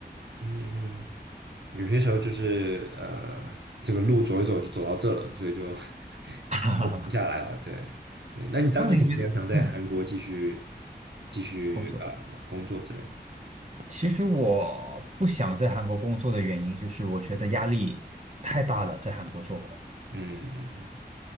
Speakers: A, on the right; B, on the right.
A: 嗯嗯。嗯嗯有些时候就是呃，这个路走一走就走到这了，所以就 <laughs>
B: <laughs> 哈哈哈。
A: 就停下来了。对对，那你当时有没有想在韩国继续
B: 那你觉得，嗯，
A: 继续呃工作之类的？
B: 工作？其实我不想在韩国工作的原因，就是我觉得压力太大了，在韩国做工，
A: 嗯